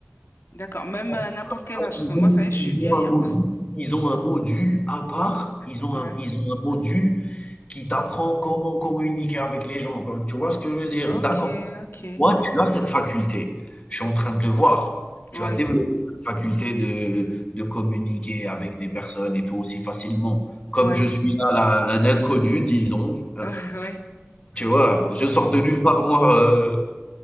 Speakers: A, on the left; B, on the left.
A: D'accord. Même
B: Parce,
A: à n'importe quel
B: parce
A: âge,
B: qu'ils
A: parce que moi,
B: ont,
A: ça y est, je suis
B: ils
A: vieille,
B: ont un
A: hein.
B: module, ils ont un module à part,
A: <laughs>
B: ils ont
A: Ouais.
B: un, ils ont un module qui t'apprend comment communiquer avec les gens, quoi. Tu vois ce que je veux dire?
A: Ok,
B: D'accord.
A: ok.
B: Toi, tu as cette faculté. Je suis en train de le voir. Tu
A: Oui,
B: as développé cette faculté de, de communiquer avec des personnes et tout aussi facilement. Comme
A: oui,
B: je suis là, là, un inconnu, disons.
A: <laughs>
B: Euh,
A: oui, oui.
B: Tu vois, je sors de nulle part, moi. euh,